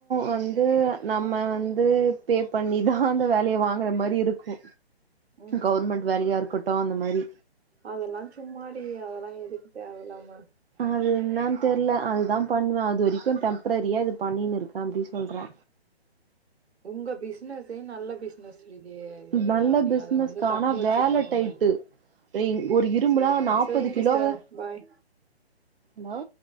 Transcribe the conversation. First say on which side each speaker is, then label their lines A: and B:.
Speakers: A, on the right (about 60°); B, on the right (about 75°).
A: வந்து நம்ம வந்து பே பண்ணிதா அந்த வேலைய வாங்கற மாரி இருக்கு
B: ம்
A: கவுர்மெண்ட் வேலையாருக்கட்டு அந்த மாரி
B: அதெல்லாஞ் சும்மாடி அதெலா எதுக்கு தேவலாம
A: அது என்னான் தெர்ல அதுதா பண்ணுவே அது வரிக்கு டெம்ப்ரரியா இது பண்ணினுருக்கே அப்டின சொல்றா
B: உங்க பிஸ்னஸே நல்ல பிஸ்னஸ் ச்சிரிதே
A: நல்ல
B: நீ
A: பிசினஸ்க்கா
B: அத வந்து தக்க
A: ஆனா
B: வச்சுக்குவோங்க
A: வேல டைட்டு ஒரு இரும்புலா
B: செரியா
A: நாப்பது
B: செரிங்க
A: கிலோவு
B: சிஸ்டர் பாய்
A: ஹலோ